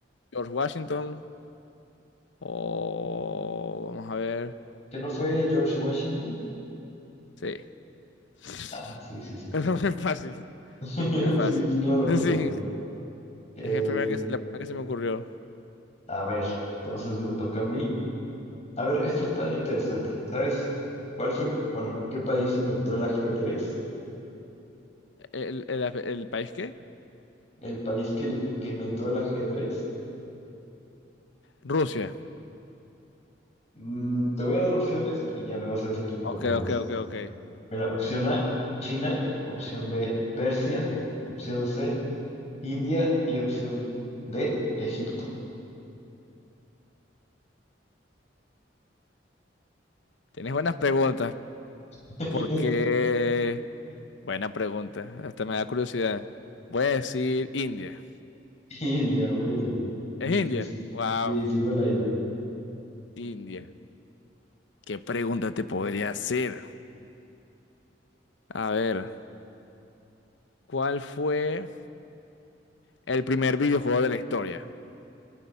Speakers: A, on the left (about 75°); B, on the left (about 40°).
A: George Washington. O vamos a ver.
B: ¿que no fue George Washington?
A: Sí. <laughs>
B: Ah, sí, sí, sí.
A: No fue fácil.
B: <laughs>
A: Fue fácil.
B: Sí, sí lo recordaba.
A: <laughs> Sí.
B: Eh,
A: Es que es primera que, se- la primera que se me ocurrió.
B: a ver, entonces me toca a mí. A ver, esto está interesante. ¿Sabes cuál fue el, bueno, qué país inventó el ajedrez?
A: ¿El, el, el país qué?
B: El país que, le in- que inventó el ajedrez.
A: Rusia.
B: Mm, te voy a dar opciones y ya me vas a decir un poco
A: Ok,
B: más.
A: ok, ok, ok.
B: Mira, opción A, China, opción B, Persia, opción C, India y opción D, Egipto.
A: Tienes buenas preguntas.
B: <laughs>
A: Porque. Buena pregunta. Hasta me da curiosidad. Voy a decir India.
B: India, muy bien.
A: ¿Es
B: Sí,
A: India?
B: sí, sí.
A: Wow,
B: Sí, sí fue la India.
A: India. ¿Qué pregunta te podría hacer? A ver, ¿cuál fue el primer videojuego de la historia?